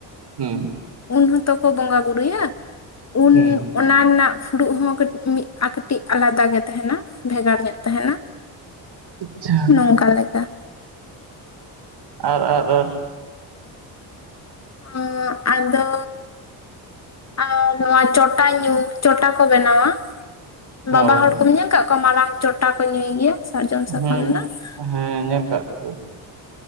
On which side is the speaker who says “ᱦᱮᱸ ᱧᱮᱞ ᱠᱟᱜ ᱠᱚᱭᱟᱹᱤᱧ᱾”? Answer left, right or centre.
Right